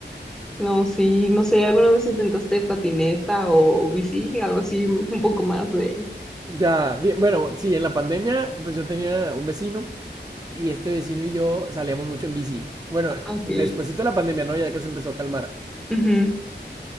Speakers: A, in the centre; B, on the right.
A: No, sí, no sé, ¿alguna vez intentaste patineta o bici? Algo así, un poco más de...
B: Ya, bien, bueno, sí, en la pandemia, pues yo tenía un vecino Y este vecino y yo salíamos mucho en bici. Bueno,
A: Ah, Ok.
B: despuesito de la pandemia, ¿no? Ya que se empezó a calmar.
A: Ujú.